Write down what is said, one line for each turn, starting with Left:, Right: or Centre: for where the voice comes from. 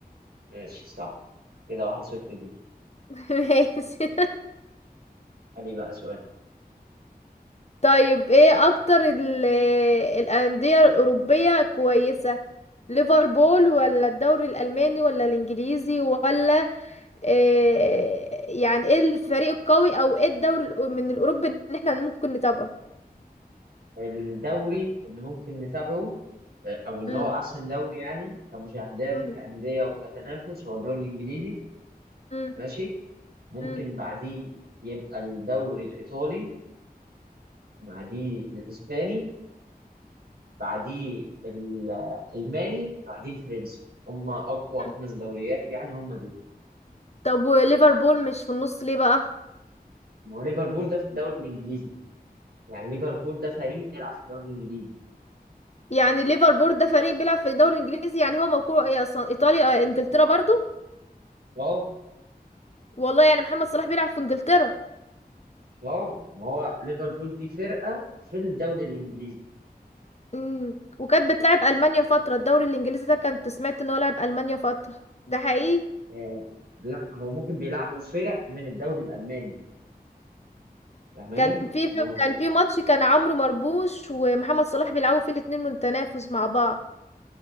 Right: ماشي صح كده واحد صفر ليك
Left: <laughs> ماشي
Right: علي بقى سؤال
Left: طيب ايه اكتر ال- آه، الانديه الاوروبيه كويسه ليفربول ولا الدوري الالماني ولا الانجليزي ولا إيه يعني ايه الفريق القوي او ايه الدوري الأو- من الاوروبي ان احنا ممكن نتابعه
Right: الدوري اللي ممكن نتابعه آه، او اللي
Left: مم.
Right: هو احسن دوري يعني كمشاهدات
Left: مم.
Right: وكأندية وكتنافس هو الدوري الانجليزي
Left: مم.
Right: ماشي ممكن
Left: مم.
Right: بعديه يبقى الدوري الايطالي بعديه الاسباني بعديه الالماني بعديه الفرنسي هم اقوى
Left: مم.
Right: خمس دوريات يعني هم دول
Left: طب وليفربول مش في النص ليه بقى
Right: ما هو ليفربول ده في الدوري الانجليزي يعني ليفربول ده فريق بيلعب في الدوري الانجليزي
Left: يعني ليفربول ده فريق بيلعب في الدوري الانجليزي يعني هو موقعه ايه اصلا ايطاليا آه، انجلترا برضو
Right: اه
Left: والله يعني محمد صلاح بيلعب في انجلترا
Right: اه ما هو ليفربول دي فرقه في الدوري الانجليزي
Left: امم وكانت بتلعب المانيا فتره الدوري الانجليزي ده كنت سمعت ان هو لعب المانيا فتره ده حقيقي
Right: آه لا هو ممكن بيلعبوا فرق من الدوري الالماني فاهماني
Left: كان في
Right: يعني
Left: في-
Right: هو مفيش
Left: كان في ماتش كان عمرو مرموش ومحمد صلاح بيلعبوا فيه الاتنين متنافس مع بعض